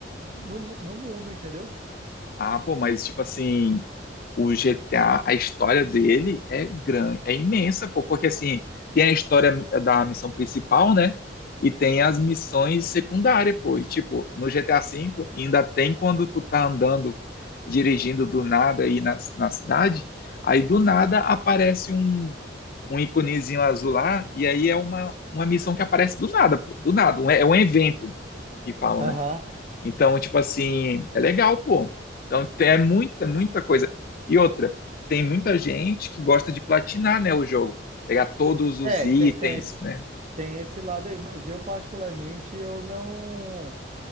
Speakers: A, on the right; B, on the left.
A: no, mu- no mundo, entendeu?
B: Ah, pô, mas tipo assim, o GTA, a a história dele é grande, é imensa, pô, porque assim, tem a história da missão principal, né? E tem as missões secundárias, pô. E tipo, no GTA V ainda tem quando tu tá andando, dirigindo do nada aí na, na cidade, aí do nada aparece um, um iconezinho azul lá, e aí é uma, uma missão que aparece do nada, pô, do nada, um- é é um evento que falam,
A: Aham.
B: né? Então, tipo assim, é legal, pô. Então, tem- é muita, muita coisa. E outra, tem muita gente que gosta de platinar, né, o jogo. Pegar todos os
A: É,
B: itens,
A: tem, tem,
B: né?
A: tem esse lado aí, mas eu particularmente eu não